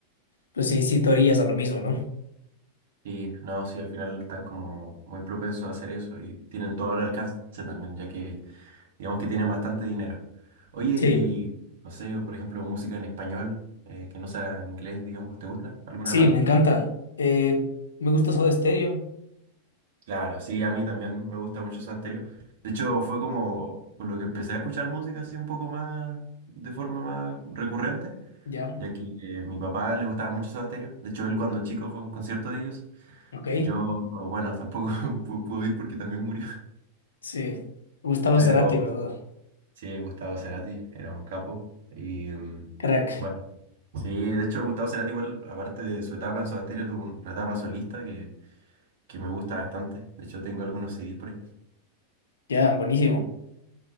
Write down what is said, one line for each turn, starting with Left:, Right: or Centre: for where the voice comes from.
Left: pues sí, sí te orillas a lo mismo, ¿no?
Right: Y no, sí, al final están como muy propensos a hacer eso y tienen todo el alcance también, ya que digamos que tienen bastante dinero. Oye,
Left: Sí,
Right: y no sé, por ejemplo, música en español, eh, que no sea en inglés, digamos, ¿te gusta alguna
Left: sí,
Right: banda?
Left: me encanta. Eh, me gusta Soda Stereo,
Right: Claro, sí, a mí también me gusta mucho Soda Stereo. De hecho, fue como con lo que empecé a escuchar música así un poco más, de forma más recurrente,
Left: ya,
Right: ya que eh, mi papá le gustaba mucho Soda Stereo. De hecho, él cuando chico fue a un concierto de ellos.
Left: ok.
Right: Yo, bueno, tampoco <laughs> pu- pude ir porque también murió.
Left: Sí, Gustavo
Right: Pero
Left: Cerati, ¿verdad?
Right: Sí, Gustavo Cerati era un capo. Y mm,
Left: Crack,
Right: bueno, sí, de hecho Gustavo Cerati igual, aparte de su etapa en Soda Stereo, tuvo una etapa solista que, que me gusta bastante. De hecho tengo algunos CDs por ahí.
Left: ya, buenísimo.